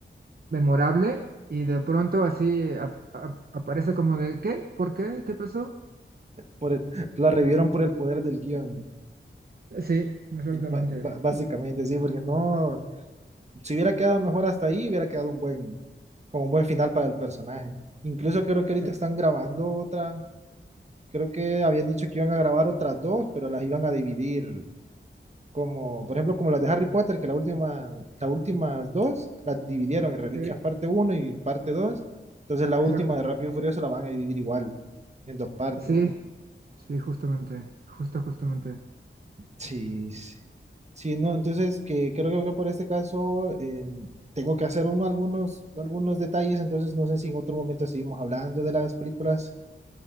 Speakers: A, on the right; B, on the right.
A: memorable y de pronto así ap- ap- aparece como de, ¿qué? ¿Por qué? ¿Qué pasó?
B: Por el- la revivieron por el poder del guión,
A: Sí, exactamente.
B: ba- ba- básicamente, sí, porque no, si hubiera quedado mejor hasta ahí, hubiera quedado un buen, como un buen final para el personaje. Incluso creo que
A: Exacto.
B: ahorita están grabando otra, Creo que habían dicho que iban a grabar otras dos, pero las iban a dividir. Como, por ejemplo, como las de Harry Potter, que la última, las últimas dos las dividieron en Reliquias
A: Sí,
B: parte uno y parte 2. Entonces la
A: exacto.
B: última de Rápido y Furioso la van a dividir igual, en dos partes.
A: Sí, sí, justamente, justo, justamente.
B: Sí, sí. Sí, no, entonces que creo que por este caso em, tengo que hacer uno, algunos, algunos detalles, entonces no sé si en otro momento seguimos hablando de las películas.